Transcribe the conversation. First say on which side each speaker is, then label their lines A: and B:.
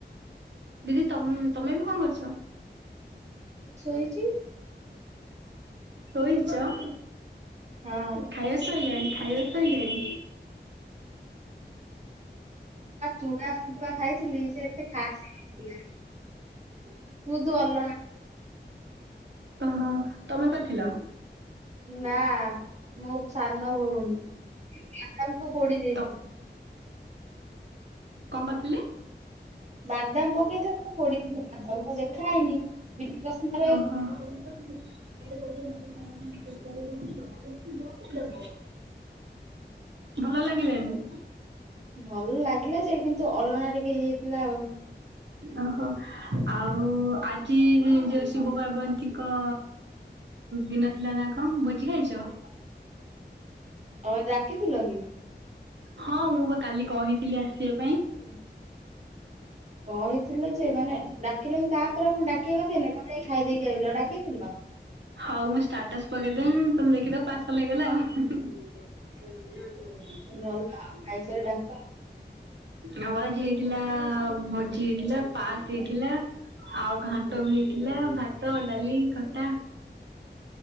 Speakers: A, on the right; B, on the right.
A: ଦିଦି ତ ତମେ ବି କଣ କରୁଚ?
B: ଶୋଇଛି।
A: ଶୋଇଛ?
B: ହଁ।
A: ଖାଇ ସଇଲାଣି ଖାଇବା ସଇଲାଣି।
B: ଚୁଡା ସୁଆ ଖାଇଥିଲି। <unintelligible> ବହୁତ ଭଲ
A: ଓ ହୋ ତମେ କରିଥିଲ?
B: ନା ମୋ ସାନ ଭଉଣୀ ବାଙ୍କୁ ପୋଡି ଦେଇଥିଲା।
A: ତ କଣ କରିଥିଲେ?
B: ବାଦାମ ପକେଇଥା ପୋଡି ଦେଲା ସବୁ ବାଦାମ ଦେଖା ହେଇନିମାରେ
A: ଓହୋ। <unintelligible> <unintelligible> ଭଲ ଲାଗିଲାନି?
B: ଭଲ ଲାଗିଲା ଯେ କିନ୍ତୁ ଅଲଣା ଟିକେ ହେଇଯାଇଥିଲା ଆଉ।
A: ଓହୋ। ଆଉ ଆଜି ଯୋଉ ଶିବ ପାର୍ବନ୍ତୀଙ୍କ ଦିନ ଥିଲା ନା କଣ ଭୋଜି ଖାଇଛ?
B: ତମେ ଡାକିଥିଲ କି?
A: ହଁ ମୁଁ ବା କାଲି କହିଥିଲି ଆସିବା ପାଇଁ।
B: ହ କହିଥିଲ ଯେ ମାନେ ଡାକିଲ କି ତାପରେ ପୁଣି ଡାକିବା କଥାନି ତାମ ଖାଇଦେଇକି ଆଇଲ ଡାକିଥିଲ?
A: ହଉ ମୁଁ ଷ୍ଟାଟସ୍ ପକେଇଦେମି ତମେ ଦେଖିଦବ ପର୍ସଲ ହୋଇଗଲା ଆଉ। <unintelligible>
B: ଭଲ ଆଉ ଖାଇସାରି ଡାକ
A: ଆମର ଆଜି ହେଇଥିଲା ଭୋଜି ହେଇଥିଲା ପାସ୍ ହେଇଥିଲା। ଆଉ ଘାଣ୍ଟ ବି ହେଇଥିଲା ଭାତ ଡାଲି ଖଟା